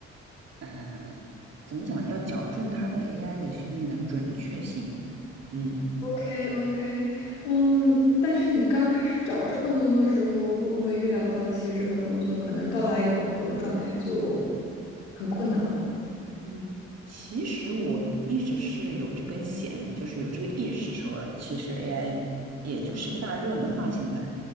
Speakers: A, on the right; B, on the left.
A: 嗯，怎么讲，要矫正它的 AI 的训练的准确性，嗯，
B: OK OK，嗯，但是你刚开始找这份工作的时候，会不会预料到其实这份工作可能到达一个饱和的状态就很困难了？
A: 嗯，其实我一直是有这根弦，就是有这个意识说，其实 AI 也就是个大热门嘛，现在，